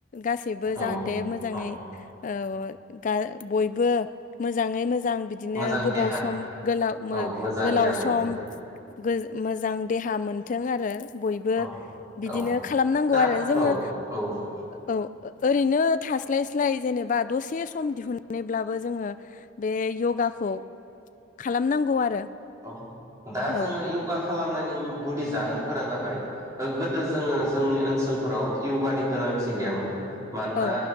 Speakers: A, on the left; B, on the right.
A: गासैबो
B: औ
A: जाहाथे
B: औ
A: मोजाङै
B: औ
A: ओ गा बयबो मोजाङै मोजा मोजां बिदिनो
B: मोजां
A: गोबाव
B: देहा
A: सम गोला मो
B: औ मोजां
A: गोलाव
B: देहा मोनथों
A: सम गोज मोज देहा मोनथों आरो बयबो
B: औ
A: बिदिनो
B: औ
A: खालामनांगौ
B: दा
A: आरो जोङो
B: औ औ
A: औ ओरैनो थास्लाय स्लाय स्लाय जेनेबा दसे सम दिहुननानैब्लाबो जोङो बे यगाखौ खालामनांगौ आरो।
B: औ दा जोङो
A: औ
B: योगा खालामनायनि गुदि जाहोनफोरा जाबाय ओ गोदो जोङो जोंनि ओनसोलफोराव यगानि गोनांथि गैयामोन। मानोना
A: औ